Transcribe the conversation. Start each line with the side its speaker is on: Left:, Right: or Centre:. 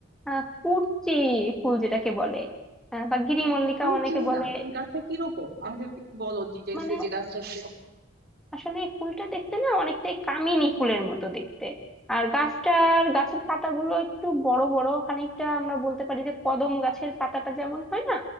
Centre: আহ কুরচি ফুল যেটাকে বলে আহ বা গিরি মল্লিকা
Right: আমি
Centre: অনেকে
Right: চিনি
Centre: বলে
Right: না তুমি গাছটা কিরকম আমাকে একটু বলো ডিটেলস
Centre: মানে
Right: যে গাছটা কিরকম
Centre: আসলে এই ফুলটা দেখতে না অনেকটাই কামিনী ফুলের মতো দেখতে আর গাছটার গাছের পাতাগুলো একটু বড় বড় খানিকটা আমরা বলতে পারি যে কদম গাছের পাতাটা যেমন হয় না